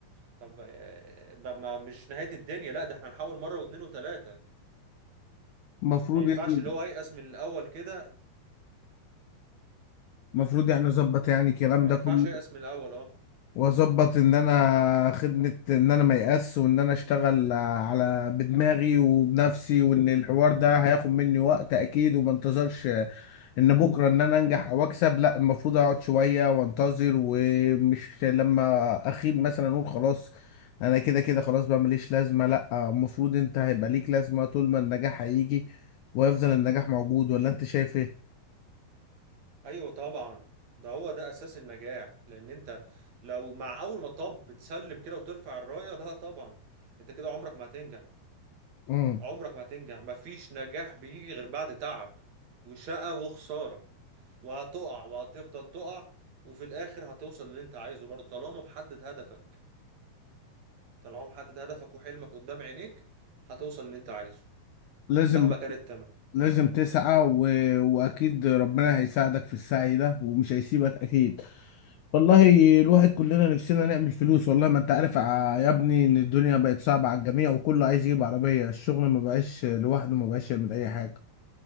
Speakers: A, on the right (about 50°); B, on the left (about 85°).
A: طب آه، ما ما- مش نهاية الدنيا لا ده احنا نحاول مرة واثنين وثلاثة
B: المفروض
A: ما ينفعش
B: يعني
A: اللي هو ييأس من الاول كده
B: المفروض يعني اظبط يعني الكلام
A: ما
B: ده
A: ينفعش
B: كله
A: ييأس من الاول اه
B: واظبط ان انا خدمة ان انا ما يأس وان انا اشتغل على بدماغي وبنفسي وان الحوار ده هياخد مني وقت اكيد وما انتظرش ان بكره ان انا انجح او اكسب لا المفروض اقعد شويه وانتظر ومش لما اخيب مثلا اقول خلاص انا كده كده خلاص بقى ماليش لازمه لا المفروض انت هيبقى ليك لازمه طول ما النجاح هيجي ويفضل النجاح موجود ولا انت شايف ايه
A: ايوه طبعا ده هو ده اساس النجاح لان انت لو مع اول مطب بتسلم كده وترفع الرايه لا طبعا انت كده عمرك ما هتنجح
B: امم
A: عمرك ما هتنجح مفيش نجاح بيجي غير بعد تعب وشقة وخسارة وهتقع وهتفضل تقع وفي الاخر هتوصل للي انت عايزه برضه طالما محدد هدفك طالما محدد هدفك وحلمك قدام عينيك هتوصل للي انت عايزه
B: لازم
A: مهما كان التمن
B: لازم تسعى و... واكيد ربنا هيساعدك في السعي ده ومش هيسيبك اكيد والله الواحد كلنا نفسنا نعمل فلوس والله ما انت عارف ع- يا ابني ان الدنيا بقت صعبة على الجميع وكله عايز يجيب عربية الشغل ما بقاش لوحده ما بقاش يعمل اي حاجة